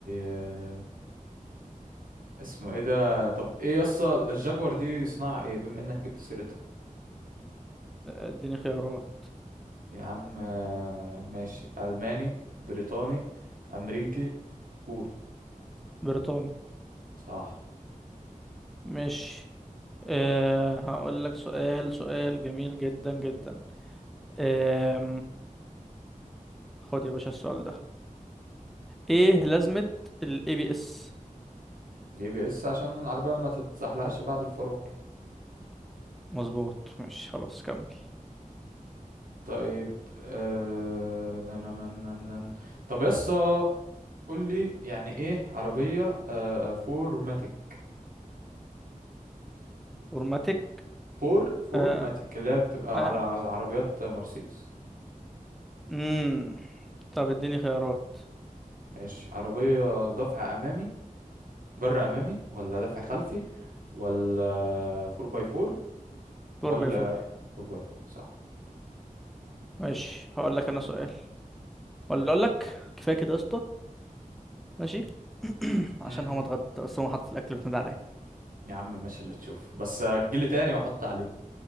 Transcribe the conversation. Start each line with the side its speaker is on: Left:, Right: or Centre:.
Right: آه، اسمه ايه ده طب ايه يسطا الجاكور دي صناعة ايه بما انك جبت سيرتها
Centre: آه، اديني خيارات
Right: يا عم آه، ماشي ألماني بريطاني أمريكي كوري
Centre: بريطاني
Right: صح
Centre: ماشي أه هقول لك سؤال سؤال جميل جدا جدا أه خد يا باشا السؤال ده ايه لازمة ال ABS
Right: اي بي اس عشان العربية ما تتزحلقش بعد الفرامل
Centre: مظبوط مش خلاص كمل
Right: طيب آه... نن نن نن نن. طب يسا قول لي يعني ايه عربية آه... فور ماتيك
Centre: اورماتيك
Right: فور فور
Centre: آه
Right: ماتيك اللي هي بتبقى
Centre: آه.
Right: على عربيات مرسيدس
Centre: مم. طب اديني خيارات
Right: ماشي عربية دفع أمامي جر أمامي ولا دفع خلفي ولا فور باي فور ولا
Centre: 4 باي 4
Right: فور باي فور صح
Centre: ماشي هقول لك انا سؤال ولا اقول لك كفايه كده يا اسطى ماشي <clears throat> عشان
Right: امم
Centre: هو متغدى بس هو حاطط الاكل بتنادي عليا
Right: يا عم ماشي اللي تشوف بس هتجيلي تاني واحط عليك